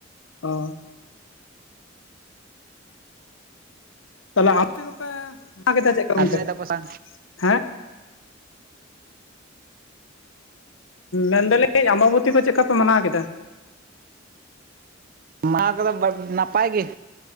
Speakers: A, on the left; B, on the right.
A: ᱚ ᱛᱟᱦᱟᱞᱮ <unintelligible> ᱟᱢ ᱛᱮᱯᱮ ᱮ ᱠᱮᱫᱟ ᱪᱮᱫ ᱞᱮᱠᱟ
B: ᱟᱨᱡᱟᱣ
A: ᱜᱚᱝᱠᱮ
B: ᱫᱟᱠᱚ ᱥᱮ
A: ᱦᱮᱸ <inaudible> ᱢᱮᱱᱫᱟᱞᱤᱧ ᱟᱸᱵᱟᱵᱚᱛᱤ ᱠᱚ ᱪᱮᱫ ᱞᱮᱠᱟ ᱯᱮ ᱢᱟᱱᱟᱣ ᱠᱮᱫᱟ?
B: ᱢᱟ ᱠᱚᱫᱚ ᱱᱟᱯᱟᱭ ᱜᱤ